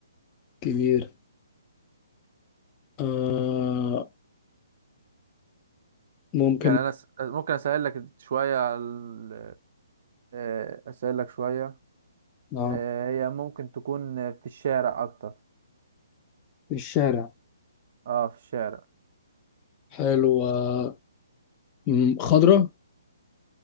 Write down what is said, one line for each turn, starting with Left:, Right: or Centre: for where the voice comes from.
Left: كبير آه ممكن
Right: يعني أنا س... ممكن أسهل لك شوية على ال- آه، أسهل لك شوية
Left: اه
Right: آه، هي ممكن تكون في الشارع أكتر
Left: في الشارع
Right: اه في الشارع
Left: حلو آه مم، خضرة